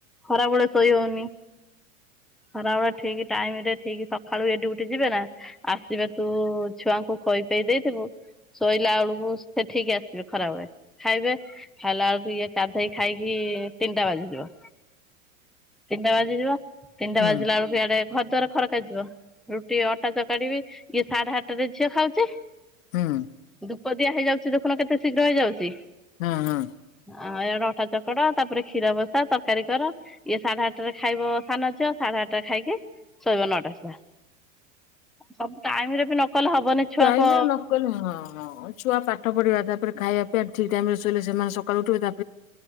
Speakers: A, in the centre; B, on the left.
A: ଖରାବେଳେ ଶୋଇ ହଉନି ଖରାବେଳେ ଠିକ ଟାଇମ ରେ ଠିକ ସକାଳୁ ଏଠି ଗୋଠେ ଯିବେ ନା ଆସିବେ ତୁ ଛୁଆଙ୍କୁ ଖଇ ପଇ ଦେଇଥିବୁ ଶୋଇଲା ବେଳକୁ ସେଠିକ ଆସିବେ ଖରାବେଳେ ଖାଇବେ ଖାଇଲା ବେଳକୁ ଇଏ ଗାଧେଇ ଖାଇକି ତିନିଟା ବାଜିଯିବ। ତିନିଟା ବାଜି ଯିବ ତିନିଟା
B: ହୁଁ
A: ବାଜିଲା ବେଳକୁ ଆଡେ ଘର ଦଵାର ଖରକା ଯିବ ରୁଟି ଅଟା ଚକାଡିବି ଇଏ ସାଢେ ଆଠଟାରେ ଝିଅ ଖାଉଛି।
B: ହୁଁ।
A: ଧୂପ ଦିଆ ହେଇଯାଉଛି ଦେଖୁନ କେତେ ଶୀଘ୍ର ହେଇଯାଉଛି।
B: ହଁ ହଁ।
A: ଆ ଏଇଆଡେ ଅଟା ଚକଟ ତାପରେ କ୍ଷୀର ବସା ତରକାରୀ କର। ଇଏ ସାଢେ ଆଠଟାରେ ଖାଇବ ସାନ ଅଛି ଆଉ ସାଢେ ଆଠଟା ଖାଇକି ଶୋଇବ ନଅଟା ସୁଧା ସୁ ଟାଇମରେ ବି କଲେ ହବନି ଛୁଆଙ୍କ
B: ାଇ ମକଲେ ହଁ ହଁ ଛୁଆ ପାଠ ପଢିବା ତାପରେ ଖାଇବା ପାଇଁି ଟ ଠିକ୍ ଟାଇ ରେ ଶୋଇଲେ ସେମାନେ ସକାୁ ଉଠିବ ତା